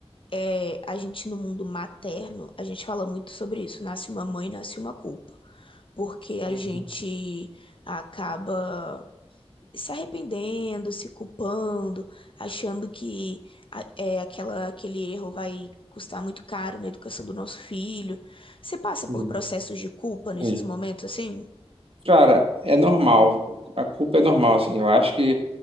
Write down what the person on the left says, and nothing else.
É, a gente no mundo materno, a gente fala muito sobre isso. Nasce uma mãe, nasce uma culpa. Porque a
gente acaba se arrependendo, se culpando, achando que a- é, aquela, aquele erro vai custar muito caro na educação do nosso filho. Você passa
por processos de culpa
nesses momentos assim?